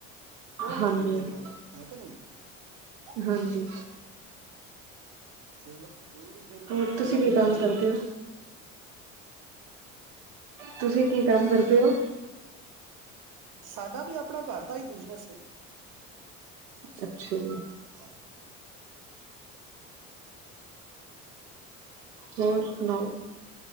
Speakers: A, on the right (about 55°); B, on the right (about 85°).
A: ਕੌਣ
B: ਹਾਂਜੀ
A: ਖ਼ਰੀਦੇਗਾ
B: ਹਾਂਜੀ
A: ਹੈ ਕੇ ਨਹੀਂ।
B: ਹਾਂਜੀ।
A: ਚਲੋ ਹੋਰ ਫੇਰ
B: ਹੋਰ
A: ਕੋਈ
B: ਤੁਸੀਂ
A: ਨਵੀਂ
B: ਕੀ ਕੰਮ
A: ਤਾਜ਼ੀ
B: ਕਰਦੇ ਹੋ? ਤੁਸੀਂ ਕੀ ਕੰਮ ਕਰਦੇ ਹੋ।
A: ਸਾਡਾ ਵੀ ਆਪਣਾ ਘਰ ਦਾ ਹੀ ਬਿਜਨਸ ਹੈ।
B: ਅੱਛਾ ਜੀ।
A: ਹਾਂ
B: ਹੋਰ ਸੁਣਾਓ।